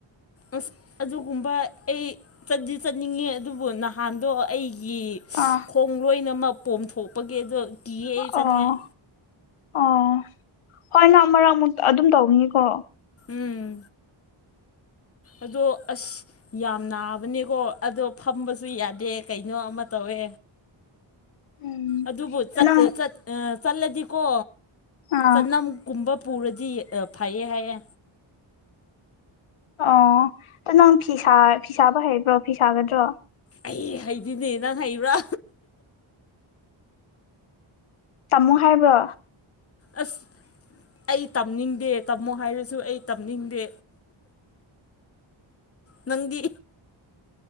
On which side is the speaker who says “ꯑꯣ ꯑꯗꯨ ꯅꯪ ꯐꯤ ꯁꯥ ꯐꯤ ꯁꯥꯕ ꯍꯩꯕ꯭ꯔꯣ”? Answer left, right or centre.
Left